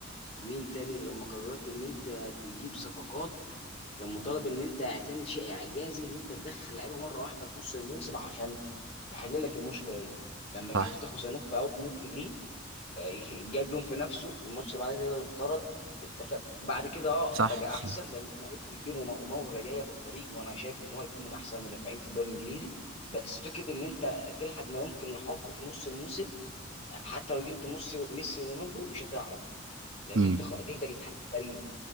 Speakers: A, on the left; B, on the right.
A: مين تاني لما قررت ان انت تجيب صفقات كان مطالب ان انت هتعمل شيء اعجازي ان انت تدخل لعيبه مره واحده في نص الموسم عشان تحل لك المشكله دي لما
B: صح
A: شفت خوسانوف في اول ماتش ليه آه، جاب جون في نفسه الماتش اللي بعدها تقريبا انطرد انت فا- بعد كده اه
B: صح
A: بقى
B: صح.
A: احسن لان لعيب كبير وم- وموهبه جايه في الطريق وانا شايف ان هو هيكون من احسن المدافعين في الدوري الانجليزي بس فكره ان انت تلحق ما يمكن لحاقه في نص الموسم حتى لو جبت ميسي ميسي ورونالدو مش هتعرف لان
B: امم
A: انت خ- دي ده جت فريق